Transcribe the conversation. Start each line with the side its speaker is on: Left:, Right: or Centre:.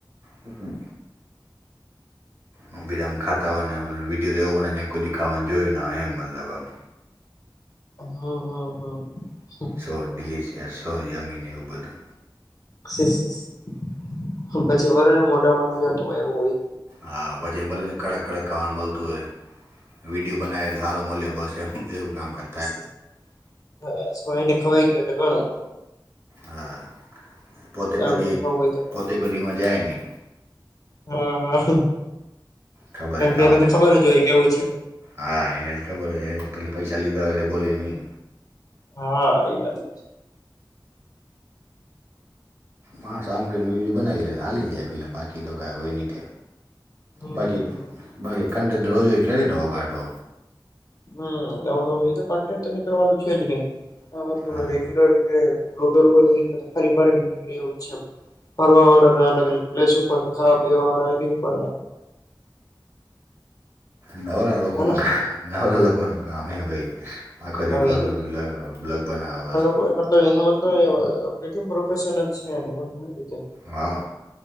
Right: હમ્મ. હ બીજામ ખાતા હોય ને વિડીયો તો એવો બને કોઈ દે ખાવાને જોય એમ મતલબ આમ.
Left: હા હા હા.
Right: સો ડિલિશિયસ હોય યમ્મીને બધું.
Left: <unintelligible> પછી વરા મોઢામાં ન જતું હોય એવું. હોય
Right: હા ભજે ભલેને કડક કડક ખવાનું મળતું હોય. વિડીયો બનાવેલ સારો મળ્યો બસ એ એવું કામ કર
Left: <unintelligible> ભાઈને ખવાઈ ગટ ઘણું.
Right: હા પોતે કો
Left: આમને
Right: દી
Left: ખાવું હોય તો ખાય.
Right: પોતે કો દી માં જાય ની.
Left: હા હા
Right: ખબર
Left: કેમ
Right: હે ખાવાનું
Left: કે એને તો ખબર જ હોય કેવું છે.
Right: હા એને તો ખબર જ હો એ પલે પૈસા લીધા હોય એટલે બોલે નહી.
Left: હા એ વાત <unintelligible>
Right: માં શામ કરીનો વિડીયો બનાવી લેને હાલી જાય ફિલ્મ બાકી તો કઈ હોય ની કે.
Left: હમ હમ.
Right: બાકી બાકી <unintelligible> રોજ હોય ક્યારે નવો કાઢો.
Left: હમ્મ એમાં તો કન્ટન્ટ તો નીકળવાનું છે જ નહી મતલબ
Right: હા
Left: રેગ્યુલર જે વગર હો એ ફરી ફરી ને નીકળે એવુ છે ફરવા વાળા તો અલગ અલગ પ્લેસ ઉપર ને ખા ભી આઈની ઉપર
Right: નવારા લોકો
Left: હેના
Right: નું નવારા લોકો નું કામે ભાઈ. આખો
Left: હવે
Right: દી ફરવુંને
Left: એ તો
Right: બ્લગ બનાવવા શું
Left: <unintelligible> એનું તો એવા <unintelligible> ફેશન છે એની એમ કઈ રીતે.
Right: હા